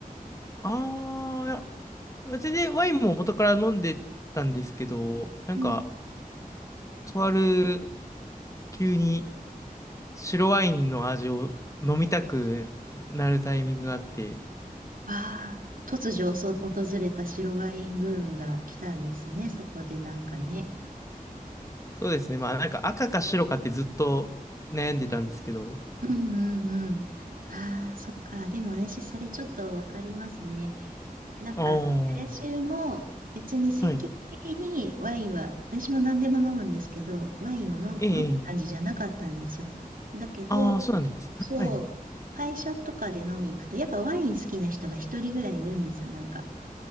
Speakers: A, on the left; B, on the right.
A: ああ、いや全然ワインも元から飲んでたんですけど、なんか、
B: うん。
A: とある急に白ワインの味を飲みたくなるタイミングがあって、
B: ああ、突如そ訪れた白ワインブームが来たんですね、そこでなんかね。
A: そうですね。まあなんか赤か白かってずっと悩んでたんですけど。
B: うんうんうん。ああ、そっか。でも私、それちょっとわかりますね。なんか、
A: ああ、
B: 私も別に積極的にワインは、
A: はい。
B: 私も何でも飲むんですけど、ワインを飲む、
A: ええ、
B: 飲む感じじゃなかったんですよ。
A: ええ
B: だけど、
A: ああ、そうなんですね。
B: そう、
A: はい。
B: 会社とかで飲み行くと、やっぱワイン好きな人が一人ぐらいいるんですよ、なんか。